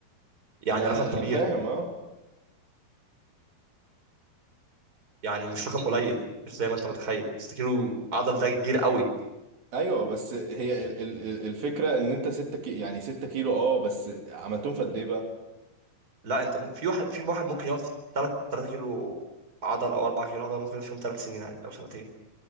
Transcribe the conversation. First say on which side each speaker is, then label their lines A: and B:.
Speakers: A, on the right; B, on the right.
A: يعني
B: انا
A: رقم كبير
B: انا فاهم اه
A: يعني مش رقم قليل مش زي ما انت متخيل 6 كيلو عضل ده كبير قوي
B: ايوه بس هي ال- ال- ال- الفكره ان انت 6 كي... يعني 6 كيلو اه بس عملتهم في قد ايه بقى
A: لا انت ممكن في واحد في واحد ممكن يقعد في 3 3 كيلو عضل او 4 كيلو عضل ممكن يقعد فيهم 3 سنين عادي او سنتين